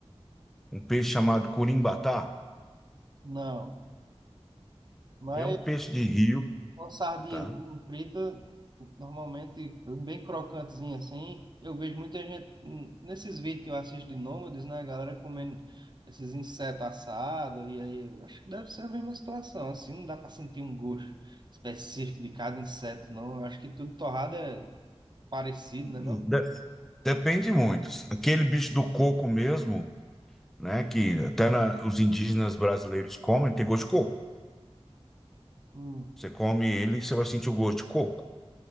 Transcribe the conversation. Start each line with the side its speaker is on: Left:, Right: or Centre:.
Centre: um peixe chamado curimbatá?
Right: Não. Mas
Centre: É um peixe de rio,
Right: uma sardinhazinha
Centre: tá?
Right: frita, normalmente bem crocantezinha assim, eu vejo muita gente hum, nesses vídeos que eu assisto de nômades, né? A galera comendo esses insetos assados, e aí eu acho que deve ser a mesma situação, assim, não dá para sentir um gosto específico de cada inseto, não. Eu acho que tudo torrado é parecido, né,
Centre: De-
Right: não?
Centre: Depende muito. Aquele bicho do coco mesmo, né? Que até na- os indígenas brasileiros comem, tem gosto de coco.
Right: Hum.
Centre: Você come ele, você vai sentir o gosto de coco.